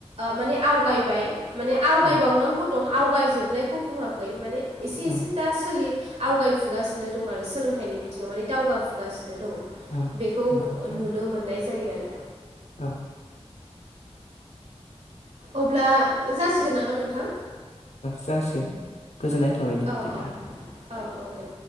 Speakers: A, on the right; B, on the left.
A: माने आवगायबाय। माने आवगायबावनांगौ
B: औ
A: दं आवगायजोबनायखौ बुङाखै माने एसे
B: औ
A: एसे दा सोलि आवगायफुगासिनो दं आरो सोलोंथाइनि बिथिङाव माने दावगाफुगासिनो दं।
B: औ
A: बेखौ
B: नंगौ नोंथां
A: नुनो मोननाय जायो आरो।
B: औ।
A: अब्ला जासिगोन नामा नोंथां?
B: जासिगोन गोजोननाय थाबाय दे
A: औ
B: बिदिब्ला
A: औ औ औ दे।